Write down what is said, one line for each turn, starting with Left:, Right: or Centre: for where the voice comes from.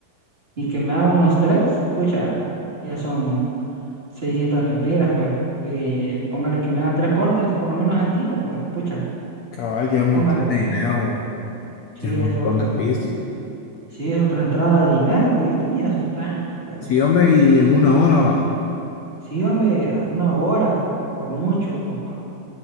Right: y que me haga unos tres, pucha, ya son. 600 lempiras, pues. Y póngale que me haga tres cortes, por lo menos al día, pues, pucha,
Left: Cabal, lleva un
Right: póngale
Left: montón de
Right: que
Left: dinero, bro.
Right: sí
Left: Lleva
Right: es
Left: un montón
Right: otra,
Left: de pisto.
Right: eh, sí es otra entrada de dinero, pues yo tenía esos planes, pero
Left: Sí, hombre, y en una hora va.
Right: sí, hombre, a- una hora, por mucho, compa.